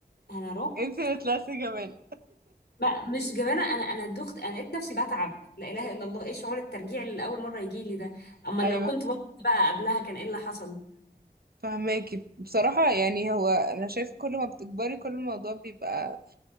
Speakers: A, on the left (about 75°); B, on the right (about 65°).
A: انا رحت
B: انت اللي طلعتي جبانة
A: بقى مش جبانه انا انا دخت انا لقيت نفسي بتعب لا اله الا الله ايه شعور الترجيع اللي اول مره يجي لي ده اما لو
B: ايوه
A: كنت بطلت بقى قبلها كان ايه اللي حصل
B: فهماكي بصراحة يعني هو انا شايف كل ما بتكبري كل الموضوع بيبقى